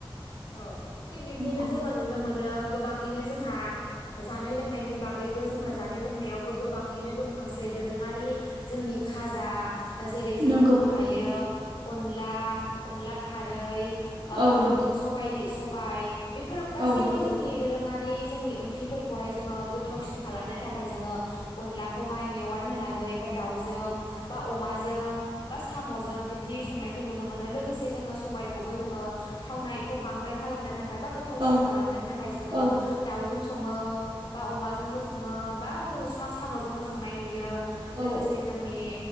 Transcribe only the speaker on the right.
नंगौ
नंगौ
औ नंगौ
औ नंगौ
औ
औ औ
औ